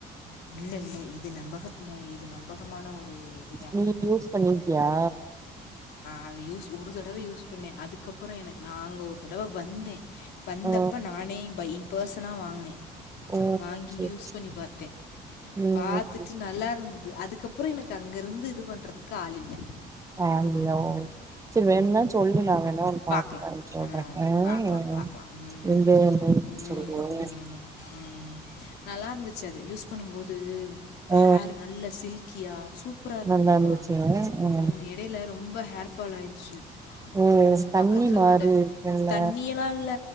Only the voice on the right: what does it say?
நீ யூஸ் பண்ணிருக்கியா
ஆ
ஓ
செரி
ம்
ஆள் இல்லயா சேரி வேணும்ன்னா சொல்லு நா வேணா
பாத்துட்டு சொல்றே
இல்ல
என்ன எதாவது சொல்லு
ஆ ஆ
நல்லா இருந்துச்சு ஆ
ஓ தண்ணி
மாரி
இருக்குல்ல